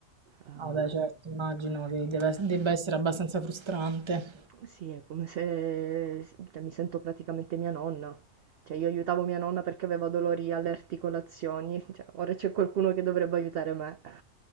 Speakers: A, on the right (about 65°); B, on the right (about 25°).
A: Eh,
B: Vabbè, certo, immagino che deve- debba essere abbastanza frustrante.
A: Sì, è come se s cioè mi sento praticamente mia nonna. Cioè io aiutavo mia nonna perché aveva dolori alle articolazioni, cioè ora c'è qualcuno che dovrebbe aiutare me.